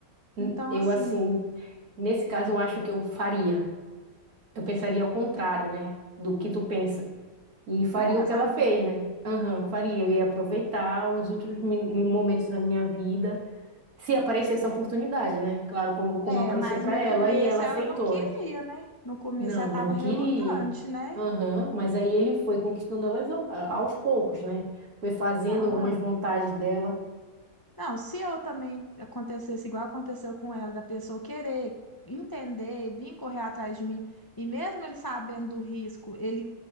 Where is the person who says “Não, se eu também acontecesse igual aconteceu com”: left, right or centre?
Left